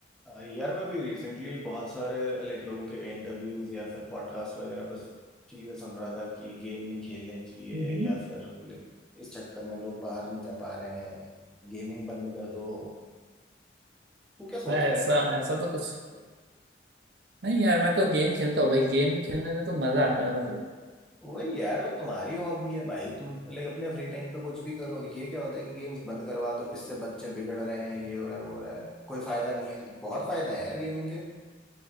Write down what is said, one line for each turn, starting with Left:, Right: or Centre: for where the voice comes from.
Centre: अ, यार मैं भी रिसेंटली बहुत सारे लाइक लोगों के इंटरव्यूज या फिर पॉडकास्ट वगैरह पर चीजें सुन रहा था कि ये गेम नहीं खेलने चाहिए
Right: हम्म।
Centre: या फिर like, इस चक्कर में लोग बाहर नहीं जा पा रहे हैं गेमिंग बंद कर दो तू क्या सोचता
Right: भाई ऐसा
Centre: है इन सब के बारे
Right: ऐसा तो कुछ
Centre: में
Right: नहीं यार मैं तो गेम खेलता हूँ भाई गेम खेलने से तो मजा आता है भाई
Centre: वही यार वो तुम्हारी हॉबी है भाई तुम लाइक अपने फ्री टाइम पे कुछ भी करो ये क्या होता है कि गेम्स बंद करवा दो इससे बच्चे बिगड़ रहे हैं ये हो रहा है वो हो रहा है कोई फायदा नहीं है बहुत फायदा है यार गेमिंग